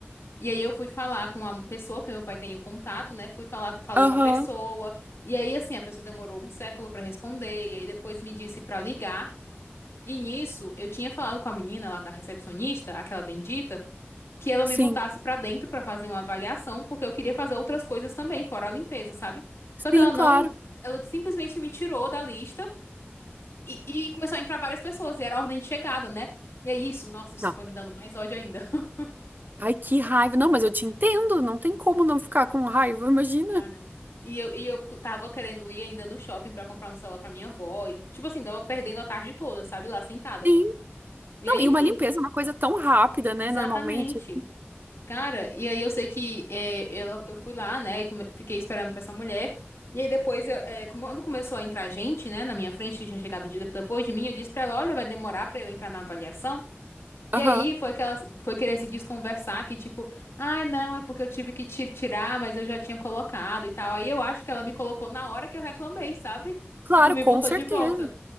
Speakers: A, on the left; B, on the right.
A: E aí eu fui falar com a pessoa, que meu pai tem o contato, né? Fui falar, falei
B: Aham,
A: com a pessoa. E aí, assim, a pessoa demorou um século pra responder. E aí depois me disse pra ligar. E nisso, eu tinha falado com a menina lá da recepcionista, aquela bendita, que ela me
B: sim.
A: botasse pra dentro pra fazer uma avaliação, porque eu queria fazer outras coisas também, fora a limpeza, sabe?
B: Sim,
A: Só que ela
B: claro.
A: não, ela simplesmente me tirou da lista. E, e começou a entrar várias pessoas, e era a ordem de chegada, né? E aí isso, nossa, isso
B: Não.
A: foi me dando mais ódio ainda. <laughs>
B: Ai, que raiva. Não, mas eu te entendo. Não tem como não ficar com raiva, imagina.
A: Cara. E eu, e eu tava querendo ir ainda no shopping pra comprar um celular pra minha avó. E, tipo assim, tava perdendo a tarde toda, sabe? Lá sentada.
B: Sim.
A: E
B: Não,
A: aí,
B: e
A: enfim,
B: uma limpeza é uma coisa tão rápida, né?
A: exatamente.
B: Normalmente. assim.
A: Cara, e aí eu sei que é, ela, eu fui lá, né? E come- fiquei esperando pra essa mulher. E aí depois, eu, é, quando começou a entrar gente, né? Na minha frente, que tinha chegado de- depois de mim, eu disse pra ela: Olha, vai demorar pra eu entrar na avaliação. E
B: Aham.
A: aí foi que ela foi querer se desconversar, que tipo, ai não, é porque eu tive que ti- tirar, mas eu já tinha colocado e tal. Aí eu acho que ela me colocou na hora que eu reclamei, sabe?
B: Claro,
A: Tipo, me
B: com
A: botou
B: certeza.
A: de volta.